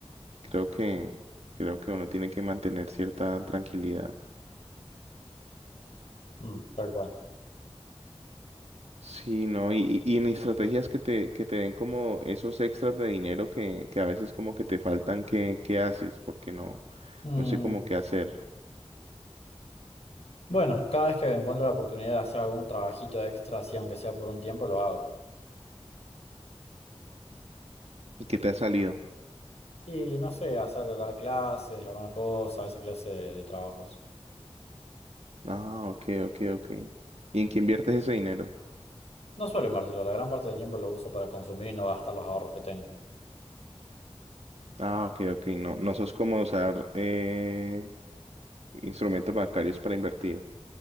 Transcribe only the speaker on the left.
Mm. Tal cual.
Mm,
bueno, cada vez que encuentro la oportunidad de hacer algún trabajito extra, así aunque sea por un tiempo, lo hago.
Y no sé, hacer, dar clases, alguna cosa, esa clase de, de trabajos.
No suelo invertirlo, la gran parte del tiempo lo uso para consumir y no gastar los ahorros que tengo.